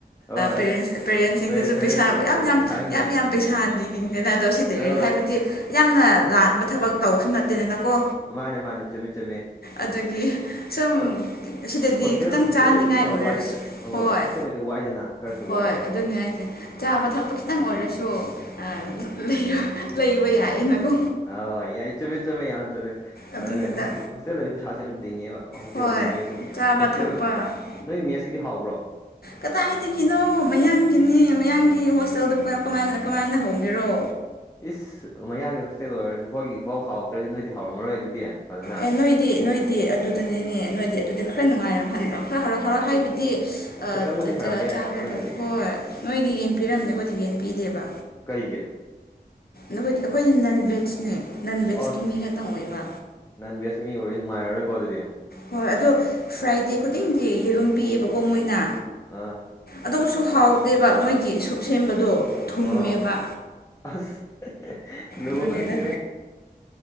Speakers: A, on the left (about 20°); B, on the left (about 70°).
A: ꯑꯣ ꯑꯁ
B: ꯄꯦꯔꯦꯟꯁ ꯄꯦꯔꯦꯟꯁꯁꯤꯡꯗꯁꯨ
A: ꯄꯦꯔꯦꯟꯁꯇꯒꯤꯁꯨ
B: ꯄꯩꯁꯥ ꯃꯌꯥꯝ ꯌꯥꯝ
A: ꯄꯩꯁꯥꯁꯤꯡꯗ
B: ꯌꯥꯝ ꯌꯥꯝ ꯄꯩꯁꯥ ꯅꯤꯅꯤꯡꯗꯦꯅ ꯅꯠ__ ꯑꯗꯣ ꯁꯤꯗꯒꯤ
A: ꯂꯣꯏ
B: ꯍꯥꯏꯕꯗꯤ ꯌꯥꯝꯅ ꯂꯥꯟꯕ ꯊꯕꯛ ꯇꯧꯕꯁꯨ ꯅꯠꯇꯦꯗꯅꯀꯣ
A: ꯃꯥꯅꯦ ꯃꯥꯅꯦ ꯆꯨꯝꯃꯦ ꯆꯨꯝꯃꯦ
B: ꯑꯗꯨꯒꯤ ꯁꯨꯝ
A: ꯑꯗꯨ
B: ꯁꯤꯗꯗꯤ
A: ꯍꯣꯁꯇꯦꯜ
B: ꯈꯤꯇꯪ
A: ꯍꯣꯁꯇꯦꯜ
B: ꯆꯥꯅꯤꯡꯉꯥꯏ
A: ꯂꯩꯕꯗꯤ ꯈꯔ
B: ꯑꯣꯏꯔꯁꯨ
A: ꯋꯥꯏꯗꯅ ꯑꯣ
B: ꯍꯣꯏ
A: ꯍꯣꯁꯇꯦꯜ ꯂꯩꯕꯗꯤ ꯋꯥꯏꯗꯅ ꯈꯔꯁꯨ
B: ꯍꯣꯏ
A: ꯋꯥꯏꯑꯦꯕ
B: ꯑꯗꯨꯅꯦ ꯍꯥꯏꯁꯦ ꯆꯥꯕ ꯊꯛꯄ ꯈꯤꯇꯪ ꯑꯣꯏꯔꯁꯨ ꯑ ꯂꯩꯕ ꯂꯩꯕ ꯌꯥꯏꯌꯦꯅꯥꯀꯣ
A: ꯑꯥꯎ ꯌꯥꯏ ꯆꯨꯝꯃꯤ ꯆꯨꯝꯃꯤ ꯌꯥꯝ ꯆꯨꯝꯃꯤ
B: ꯑꯗꯨꯅꯤꯗ
A: ꯑꯗꯨꯅꯦ ꯍꯣꯁꯇꯦꯜ ꯍꯣꯁꯇꯦꯜ ꯂꯩꯕ ꯄꯩꯁꯥꯁꯦ ꯌꯥꯝ ꯇꯤꯡꯉꯦꯕ ꯍꯣꯁꯇꯦꯜꯗꯤ
B: ꯍꯣꯏ
A: ꯃꯦꯁ ꯑꯗꯨ
B: ꯆꯥꯕ
A: ꯍꯣꯁꯇꯦꯜ
B: ꯊꯛꯄꯒꯤꯁꯨ
A: ꯅꯣꯏ ꯃꯦꯁꯀꯤꯗꯤ ꯍꯥꯎꯕ꯭ꯔꯣ
B: ꯀꯗꯥꯏꯗꯒꯤꯅꯣ ꯃꯌꯥꯡꯒꯤꯅꯦ ꯃꯌꯥꯡꯒꯤ ꯍꯣꯁꯇꯦꯜꯗꯕꯨ ꯀꯃ ꯀꯃꯥꯏ ꯀꯃꯥꯏꯅ ꯍꯧꯒꯦꯔꯣ
A: ꯏꯁ ꯃꯌꯥꯡꯒꯤ ꯍꯣꯁꯇꯦꯜ ꯑꯣꯏꯔꯁꯨ ꯑꯩꯈꯣꯏꯒꯤ ꯐꯥꯎ ꯍꯥꯎꯇ꯭ꯔꯖꯤꯗ ꯅꯣꯏꯗꯤ ꯍꯥꯎꯔꯝꯃꯔꯣꯏ ꯑꯗꯨꯗꯤ ꯐꯖꯅ
B: ꯑꯦ ꯅꯣꯏꯗꯤ ꯅꯣꯏꯗꯤ ꯑꯗꯨꯗꯅꯦꯅꯦ ꯅꯣꯏꯗꯤ ꯑꯗꯨ ꯈꯔ ꯅꯨꯡꯉꯥꯏꯔꯝꯍꯜ ꯈꯔ ꯍꯔꯥꯎ ꯍꯔꯥꯎ ꯍꯥꯏꯕꯗꯤ ꯑ
A: ꯈꯤꯇꯪꯕꯨꯗꯤ
B: ꯆ
A: ꯐꯔꯝꯕ
B: ꯆ
A: ꯌꯥꯏ
B: ꯆꯥꯕ
A: ꯑꯩꯈꯣꯏꯅꯗꯤ
B: ꯇꯪ ꯍꯣꯏ ꯅꯣꯏꯗꯤ ꯌꯦꯟ ꯄꯤꯔꯝꯅꯤ ꯑꯩꯈꯣꯏꯗꯤ ꯌꯦꯟ ꯄꯤꯗꯦꯕ
A: ꯀꯩꯒꯤ
B: ꯅꯈꯣꯏꯗꯤ ꯑꯩꯈꯣꯏ ꯅꯟ ꯚꯦꯖꯅꯦ ꯅꯟ ꯚꯦꯖꯀꯤ
A: ꯑꯁ
B: ꯃꯤ ꯉꯥꯇꯪ ꯑꯣꯏꯕ
A: ꯅꯟ ꯚꯦꯖꯀꯤ ꯃꯤ ꯑꯣꯏꯔꯗꯤ ꯅꯨꯡꯉꯥꯏꯔꯔꯣꯏꯀꯣ ꯑꯗꯨꯗꯤ
B: ꯍꯣꯏ ꯑꯗꯣ ꯐ꯭ꯔꯥꯏꯗꯦ ꯈꯨꯗꯤꯡꯗꯤ ꯌꯦꯔꯨꯝ ꯄꯤꯌꯦꯕꯀꯣ ꯃꯣꯏꯅ
A: ꯑꯥ
B: ꯑꯗꯨꯁꯨ ꯍꯥꯎꯇꯦꯕ ꯃꯣꯏꯒꯤ ꯁꯨꯞ ꯁꯦꯝꯕꯗꯣ ꯊꯨꯝꯃꯦꯕ
A: ꯑꯥ ꯑꯁ ꯂꯣꯏꯔꯦꯍ
B: ꯑꯗꯨꯅꯦꯗ